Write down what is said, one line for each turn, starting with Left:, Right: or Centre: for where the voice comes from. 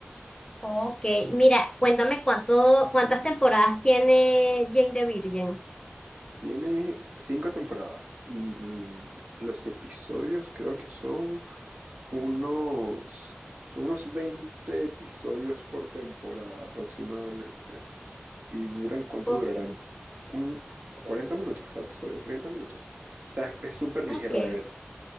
Left: Ok, mira, cuéntame cuánto, cuántas temporadas tiene Jane de Virgen.
Right: Tiene cinco temporadas y l- los episodios creo que son unos, son unos 20 episodios por temporada aproximadamente. ¿Y duran cuánto
Left: Ok.
Right: durarán? Un, cuarenta minutos cada episodio, 30 minutos. O sea, es súper ligera
Left: Ok.
Right: de ver,